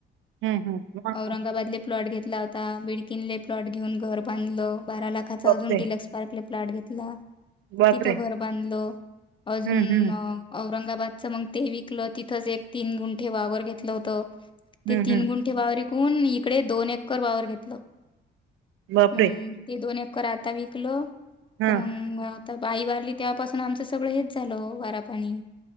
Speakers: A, on the right; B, on the left.
A: हम्म हम्म मग
B: औरंगाबाद प्लॉट घेतला होता बिडकीनले प्लॉट घेऊन घर बांधलं बारा लाखाचा
A: बापरे!
B: अजून डलक्स ारकले प्लट घेतला
A: बापरे!
B: तिथं घर बांधलं अजून
A: हम्म हम्म
B: औरंगाबादचं मग ते विकलं तिथंच एक तीन गुंठे वावर घेतलं होत
A: हम्म
B: ते तीन
A: हम्म
B: गुंठ े वावरिकून इकडे दोन एकर वावर घेतलं
A: बापरे!
B: मग ते दोन एककर आता विकलो
A: हा
B: तर मग आता आई वारली तेव्हापासून आमचं सगळं हेच झालं वारा पाणी